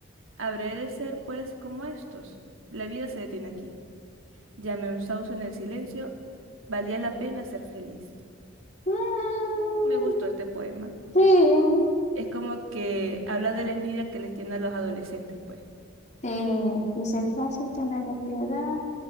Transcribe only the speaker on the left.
Mm,
sí.
Sí, dice, fácil tenerle piedad.